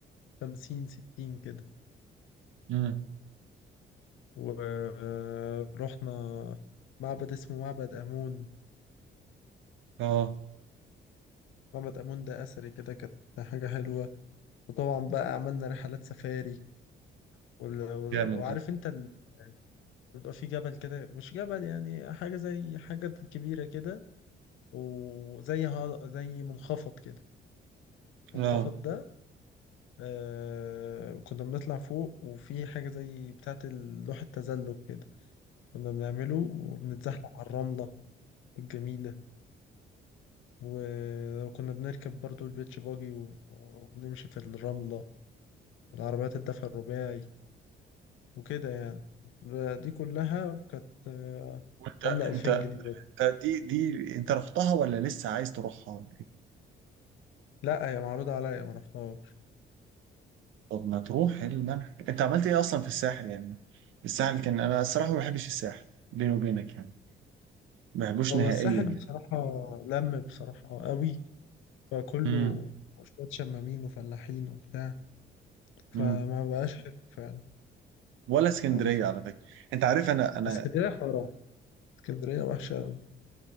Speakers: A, on the left (about 85°); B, on the right (about 80°).
A: خمسين ستين كده
B: مم.
A: ورحنا معبد اسمه معبد آمون
B: اه
A: معبد آمون ده أثري كده كانت حاجة حلوة وطبعا بقى عملنا رحلات سفاري وال- وال-
B: جامد
A: وعارف
B: ده
A: انت ال... بيبقى في جبل كده مش جبل يعني حاجة زي حاجة كبيرة كده وزي ها... زي منخفض كده المنخفض
B: اه
A: ده آه... كنا بنطلع فوق وفي حاجة زي بتاعة لوح التزلج كده كنا بنعمله وبنتزحلق على الرملة الجميلة و- وكنا بنركب برضو البيتش باجي و- وبنمشي في الرملة العربيات الدفع الرباعي وكده يعني دي كلها كانت آه،
B: وانت انت
A: عاملة 2000 جنيه
B: انت دي دي انت رحتها ولا لسه عايز تروحها؟
A: لا هي معروضة عليا ما رحتهاش
B: طب ما تروح إيه الملح انت عملت ايه اصلا في الساحل يعني؟ الساحل كان انا الصراحه ما بحبش الساحل بيني وبينك يعني ما بحبوش
A: هو
B: نهائيا
A: الساحل
B: يعني
A: بصراحة لم بصراحة قوي فكله
B: امم
A: شوية شمامين وفلاحين وبتاع فما
B: امم
A: بقاش حلو فعلا
B: ولا اسكندريه
A: يعني مش-
B: على فكره انت عارف انا انا
A: اسكندرية حرام اسكندرية وحشة أوي